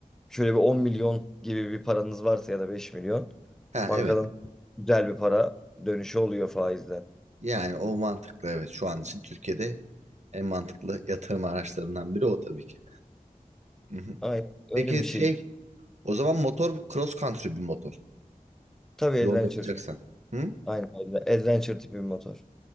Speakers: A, in the centre; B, on the right.
A: şöyle bir 10 milyon gibi bir paranız varsa ya da 5 milyon
B: Ha
A: bankadan
B: evet.
A: güzel bir para dönüşü oluyor faizden.
B: Yani o mantıklı evet. Şu an için Türkiye'de en mantıklı yatırım araçlarından biri o tabii ki. Hı hı.
A: Aynen öyle
B: Peki
A: bir şey.
B: şey o zaman motor cross country bir motor.
A: Tabii
B: Yol
A: adventure.
B: yapacaksan. Hı?
A: Aynen adve- adventure tipi bir motor.